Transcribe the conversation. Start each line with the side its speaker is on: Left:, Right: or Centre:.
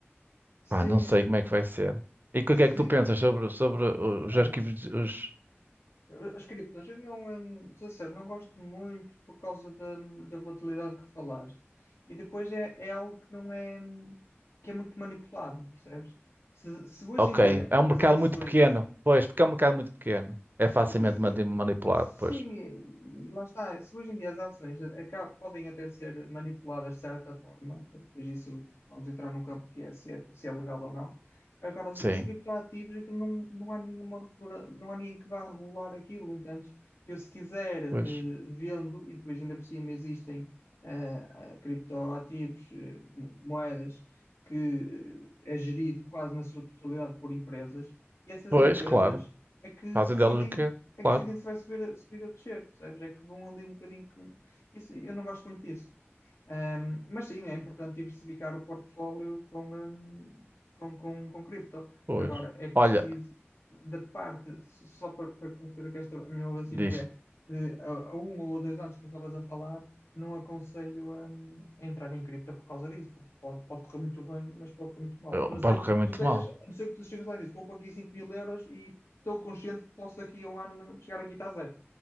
Left: sim,
Right: Pá, não sei
Left: eh,
Right: como é que vai ser. E que-
Left: sim.
Right: o que é que tu pensas sobre, sobre os
Left: Olha,
Right: arquivos? de- Os...
Left: eu- as criptos, eu não, hum, sou sincero, não gosto muito por causa da, da volatilidade que falaste. E depois é, é algo que não é, hum, que é muito manipulado, percebes? Se, se hoje
Right: Ok,
Left: em dia
Right: é um
Left: as
Right: mercado
Left: ações
Right: muito pequeno. Pois, porque é um mercado muito pequeno. É
Left: E-
Right: facilmente mani-
Left: e-
Right: manipulado, pois.
Left: sim, e e lá está. Se hoje em dia as ações aca- podem até ser manipuladas de certa forma, depois isso vamos entrar num campo que é se é, se é legal ou não. Agora, os,
Right: Sim,
Left: os criptoativos, aquilo não, não há nenhuma, regula- não há ninguém que vá regular aquilo. Então, eu se quiser, eh,
Right: pois.
Left: vendo, e depois ainda por cima existem eh, eh, criptoativos, eh, mo- moedas, que eh, é gerido quase na sua totalidade por empresas, e essas
Right: Pois,
Left: empresas
Right: claro.
Left: é que
Right: Fazem
Left: decidem,
Right: delas o quê?
Left: é
Right: Claro,
Left: que decidem se vai subir, a- subir ou descer, percebes? É que vão ali um bocadinho que. Isso, eu não gosto muito disso. Ahm, mas sim, é importante diversificar o portfólio com, ahm, com, com, com cripto.
Right: pois.
Left: Agora, é preciso,
Right: Olha,
Left: da parte, só para, para concluir aqui esta, a minha raciocínio,
Right: diz,
Left: que é de, a, a um ou a dois anos, como estavas a falar, não aconselho hum, a, entrar em cripto por causa disso, porque pode, pode correr muito bem, mas pode correr muito mal.
Right: eh,
Left: A não ser
Right: pode
Left: que
Right: correr
Left: tu,
Right: muito
Left: tu estejas,
Right: mal.
Left: a não ser que tu chegas lá e dizes, vou pôr aqui cinco mil euros e estou consciente que posso daqui a um ano chegar aqui e está zero.